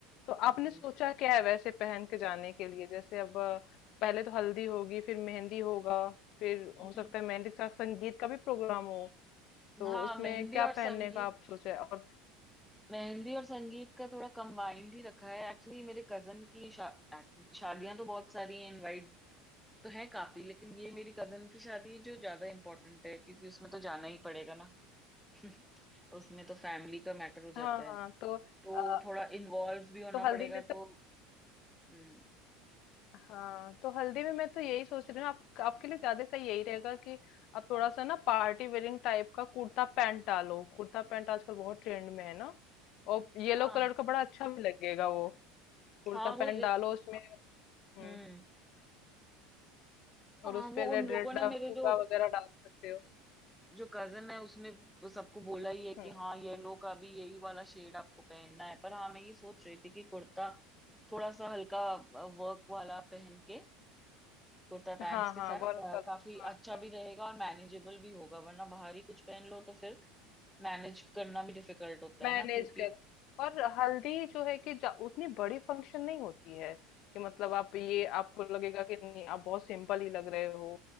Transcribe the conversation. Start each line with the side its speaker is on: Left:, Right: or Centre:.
Left: तो आपने
Centre: हम्म,
Left: सोचा क्या है वैसे पहन के जाने के लिए जैसे अब अ, पहले तो हल्दी होगी फिर मेहंदी होगा फिर हो
Centre: हम्म।
Left: सकता है मेहंदी के साथ संगीत का भी प्रोग्राम हो तो
Centre: हाँ
Left: उसमें
Centre: मेहंदी
Left: क्या
Centre: और संगीत
Left: पहनने का आप सोचा है और
Centre: मेहंदी और संगीत का थोड़ा कंबाइंड ही रखा है एक्चुअली मेरे कजन की शा, शादियां तो बहुत सारी हैं इनवाइट तो है काफी लेकिन ये मेरी कजन की शादी है जो ज्यादा इम्पोर्टेंट है क्योंकि उसमें तो जाना ही पड़ेगा ना <laughs> उसमें तो फैमिली का मैटर हो
Left: हाँ
Centre: जाता है
Left: हाँ तो अ,
Centre: तो थोड़ा इन्वॉल्व भी होना
Left: तो हल्दी
Centre: पड़ेगा
Left: में तो
Centre: तो हम्म,
Left: हाँ तो हल्दी में मैं तो यही सोच रही हूँ आप, आपके लिए ज्यादा सही यही रहेगा कि आप थोड़ा सा ना पार्टी वेयरिंग टाइप का कुर्ता पैंट डालो कुर्ता पैंट आजकल बहुत ट्रेंड में है ना और येलो
Centre: हाँ
Left: कलर का बड़ा अच्छा भी लगेगा वो कुर्ता
Centre: हाँ वो
Left: पैंट डालो उसमें हम्म
Centre: हम्म हाँ
Left: और उस
Centre: वो
Left: पे रेड
Centre: उन लोगों
Left: रेड
Centre: ने
Left: आप
Centre: मेरे
Left: चूड़ा
Centre: जो
Left: वगैरह डाल सकते हो
Centre: जो कजन है उसने वो सबको बोला ही है कि
Left: हम्म
Centre: हाँ येलो का भी यही वाला शेड आपको पहनना है पर हाँ मैं ये सोच रही थी कि कुर्ता थोड़ा सा हल्का वर्क वाला पहन के कुर्ता पैंट्स
Left: हाँ
Centre: के
Left: हाँ
Centre: साथ अ,
Left: वर्क वाला
Centre: काफी
Left: हाँ
Centre: अच्छा
Left: हाँ।
Centre: भी रहेगा और मैनेजेबल भी होगा वरना बाहरी कुछ पहन लो तो फिर मैनेज करना भी डिफिकल्ट होता
Left: मैनेज
Centre: है ना क्योंकि
Left: कर और हल्दी जो है कि जा- उतनी बड़ी फंक्शन नहीं होती है कि मतलब आप ये आपको लगेगा कि नहीं आप बहुत सिंपल ही लग रहे हो